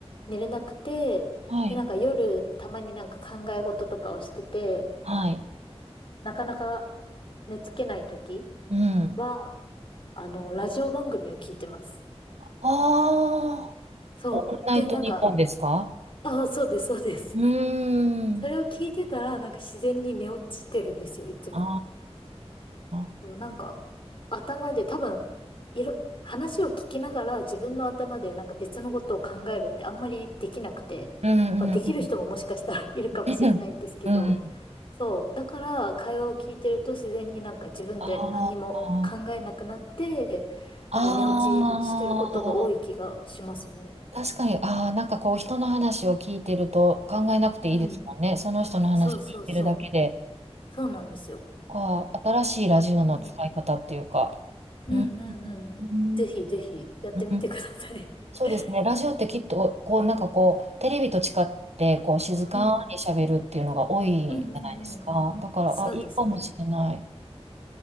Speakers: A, on the left (about 55°); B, on the right (about 80°).
A: 寝れなくて、
B: はい。
A: で、なんか夜、たまになんか考え事とかをしてて、
B: はい。
A: なかなか寝つけない時
B: うん。
A: は、あの、ラジオ番組を聞いてます。
B: ああ、
A: そう。
B: オールナイトニッポンですか
A: で、なんか、ああ、そうです、そうです。
B: うー
A: それを聞いてたら、
B: ん。
A: なんか自然に寝落ちてるんですよ、いつも。
B: ああ、
A: そうなんか、頭で多分、いろ、話を聞きながら自分の頭でなんか別のことを考えるってあんまりできなくて、
B: うんうんう
A: まあできる人ももしかしたら <laughs> いるかもしれないんですけど、
B: ん。<laughs> うん。
A: そう。だから会話を聞いてると自然になんか自分で何にも考えなくなって、
B: ああ、ああ、
A: なんか寝落ちしてることが多い気がしますね。
B: 確かに、ああ、なんかこう人の話を聞いてると考えなくていいですもんね。
A: うん。
B: その人の話聞いてるだけで。
A: そうそうそう。そうなんですよ。
B: か、新しいラジオの使い方っていうか、
A: うん。うんうんうん。
B: うん、うん
A: ぜひぜひやってみてください。
B: うんそうですね、
A: <laughs>
B: ラジオってきっと、こう、なんかこう、テレビと違って、こう、静かに喋るっていうのが多いじゃないですか。
A: うん。うんうんうん。
B: だから、
A: そうですね。
B: あ、いいかもしれない。